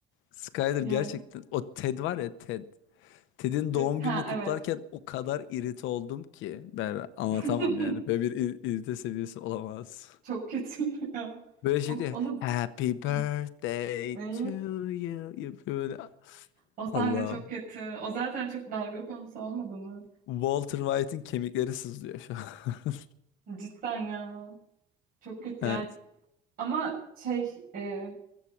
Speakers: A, on the left; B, on the right.
A: Skyler
B: Yani
A: gerçekten o Ted var ya Ted. Ted'in
B: pet
A: doğum
B: ha
A: gününü kutlarken
B: evet.
A: o kadar irite oldum ki ben anlatamam
B: <laughs>
A: yani. Böyle bir ir- irite seviyesi olamaz.
B: Çok kötü ya.
A: Böyle şey
B: O-
A: diyor.
B: Onu
A: Happy birthday
B: Hı. Ay,
A: to you. Yapıyor böyle.
B: o sahne
A: Allah'ım.
B: çok kötü. O zaten çok dalga konusu olmadı mı?
A: Walter White'ın kemikleri sızlıyor şu an. <laughs>
B: Cidden ya. Çok kötü yani.
A: Evet.
B: Ama şey e,